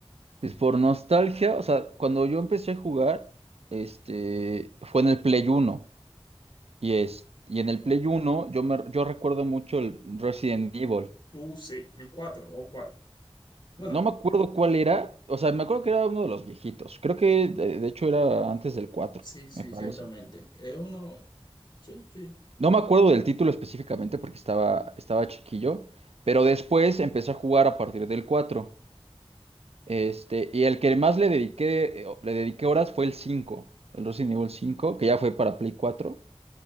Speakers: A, on the right; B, on the left.
A: Pues por nostalgia, o sea, cuando yo empecé a jugar, este, fue en el Play Uno Y es, y en el Play Uno yo me, yo recuerdo mucho el Resident Evil.
B: Uh, sí, el 4. ¿o cuál? Bueno,
A: No me acuerdo cuál era. O sea, me acuerdo que era uno de los viejitos. Creo que de, de hecho era antes del 4
B: sí, sí,
A: me parece.
B: ciertamente. Es uno, sí, sí.
A: No me acuerdo del título específicamente porque estaba, estaba chiquillo, pero después empecé a jugar a partir del cuatro Este, y el que más le dediqué, eh, le dediqué horas fue el cinco el Resident Evil 5 que ya fue para Play cuatro